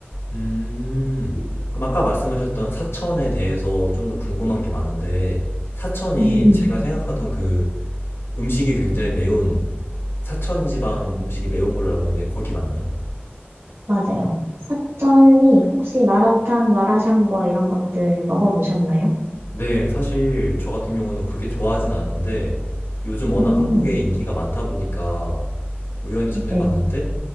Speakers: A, on the left; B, on the right.
A: 음. 그럼 아까 말씀하셨던 사천에 대해서 좀 더 궁금한 게 많은데, 사천이
B: <laughs>
A: 제가 생각하던 그 음식이 굉장히 매운, 사천 지방 음식이 매운 걸로 알고 있는데, 거기 맞나요?
B: 맞아요. 사천이 혹시 마라탕, 마라샹궈 이런 것들 먹어보셨나요?
A: 네, 사실 저 같은 경우는 그렇게 좋아하진 않았는데, 요즘 워낙
B: 음,
A: 한국에 인기가 많다 보니까 우연히 접해봤는데,
B: 네.